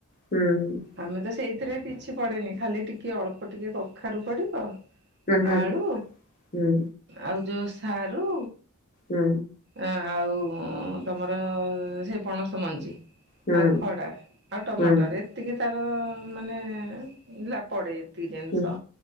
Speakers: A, on the left; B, on the right.
A: ହୁଁ
B: ଆମେ ତ ସେଇଥିରେ କିଛି ପଡେନି ଖାଲି ଟିକେ ଅଳ୍ପ ଟିକେ କଖାରୁ ପଡିବ
A: ହୁଁ
B: ଆଳୁ
A: ହୁଁ
B: ଆଉ ଯୋଉ ସାରୁ
A: ହୁଁ।
B: ଆଉ ତମର ସେ ପଣସ ମଞ୍ଜି।
A: ହୁଁ
B: ଆଉ ଖଡା ଆଉ ଟମାଟର
A: ହୁଁ
B: ଏତିକି ତାର ମାନେ ପଡେ। ଜିନିଷ
A: ହୁଁ